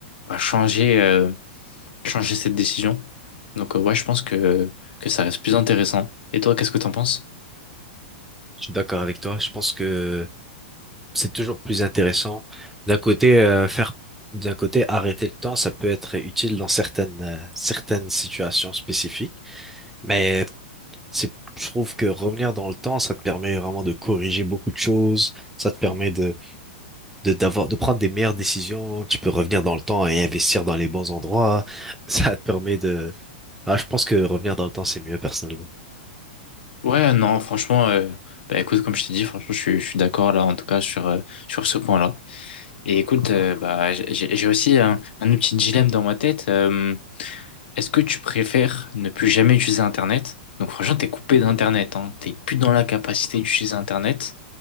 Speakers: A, on the left; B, in the centre.
A: bah, changer, euh, changer cette décision. Donc euh, ouais, je pense que, que ça reste plus intéressant. Et toi, qu'est-ce que t'en penses?
B: je suis d'accord avec toi. Je pense que c'est toujours plus intéressant. D'un côté, euh, faire, d'un côté, arrêter le temps, ça peut être utile dans certaines, euh, certaines situations spécifiques. Mais C'est, je trouve que revenir dans le temps, ça te permet vraiment de corriger beaucoup de choses. Ça te permet
A: Mm.
B: de, de, d'avoir, de prendre des meilleures décisions. Tu peux revenir dans le temps et investir dans les bons endroits. <laughs> Ça te permet de, ah, je pense que revenir dans le temps, c'est mieux personnellement.
A: Ouais, non, franchement, euh, bah écoute, comme je t'ai dit, franchement, je, suis je suis d'accord là, en tout cas, sur, euh, sur ce point-là. Et écoute, euh, bah, j'ai j'ai aussi un, un autre petit dilemme dans ma tête. Euh, Est-ce que tu préfères ne plus jamais utiliser Internet? Donc franchement, t'es coupé d'Internet, hein. T'es plus dans la capacité d'utiliser Internet